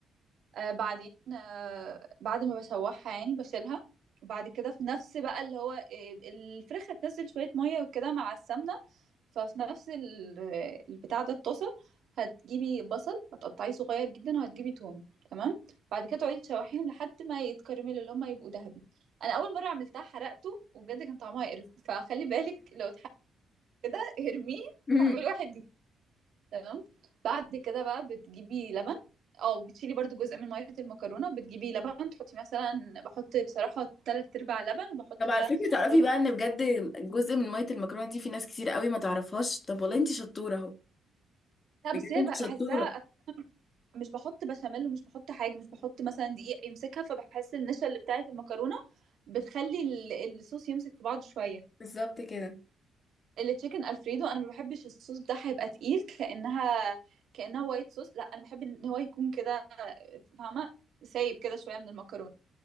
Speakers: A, on the right; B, on the left.
A: آه بعدين آه بعد ما بشوحها يعني بشيلها وبعد كده في نفس بقى اللي هو آه، الفراخ هتنزل شوية مية وكده مع السمنة ففي نفس ال- البتاع ده الطاسة هتجيبي بصل هتقطعيه صغير جدا وهتجيبي توم تمام بعد كده تقعدي تشوحيهم لحد ما يتكرملوا اللي هما يبقوا ذهبي انا اول مرة عملتها حرقته وبجد كان طعمها يقرف فخلي بالك لو اتحرق كده ارميه
B: أمم.
A: واعملي واحد تمام بعد كده بقى بتجيبي لبن او بتشيلي برضو جزء من ميه المكرونه بتجيبي لبن تحطي مثلا بحط بصراحه تلات ارباع لبن وبحط
B: طب
A: بقى
B: على فكره تعرفي
A: ربع
B: بقى ان بجد جزء من ميه المكرونه دي في ناس كتير قوي ما تعرفهاش طب والله انت شطوره اهو
A: لا
B: بجد
A: بس هي
B: انت
A: بح-
B: شطوره
A: بحسها مش بحط بشاميل ومش بحط حاجه مش بحط مثلا دقيق يمسكها فبحس النشا اللي بتاعت المكرونه بتخلي ال- الصوص يمسك في بعضه شويه
B: بالظبط كده
A: التشيكن الفريدو انا ما بحبش الصوص بتاعها يبقى تقيل كانها كانها وايت صوص لا انا بحب ان هو يكون كده فاهمه سايب كده شويه من المكرونه